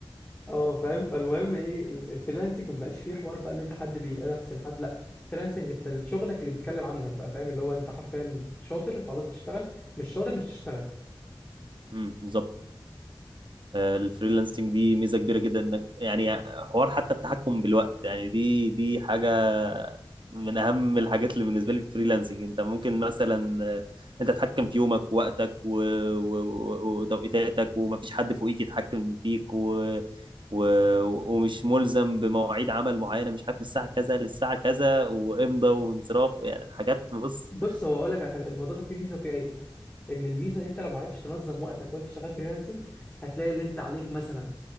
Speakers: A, on the left; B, on the right.
A: اه فاهم فالمهم ايه ال- الفريلانسنج ما بقاش فيه حوار بقى ان انت حد بينافسن حد لا فريلانسنج انت شغلك اللي بيتكلم عنك بقى فاهم اللي هو انت حرفيا شاطر خلاص تشتغل مش شاطر مش تشتغل
B: امم بالظبط آه، الفريلانسنج دي ميزه كبيره جدا انك يعني حوار حتى التحكم بالوقت يعني دي دي حاجه من اهم الحاجات اللي بالنسبه لي في الفريلانسنج انت ممكن مثلا آه، انت تتحكم في يومك ووقتك و- و- و- وتوقيتاتك ومفيش حد فوقيك يتحكم فيك و... و... ومش ملزم بمواعيد عمل معينه مش عارف من الساعه كذا للساعه كذا وامضى وانصراف يعني حاجات بص
A: بص هو اقول لك على حاجه الموضوع ده فيه ميزه وفيه عيب ان الميزه ان انت لو ما عرفتش تنظم وقتك وانت شغال فريلانسنج هتلاقي اللي انت عليك مثلا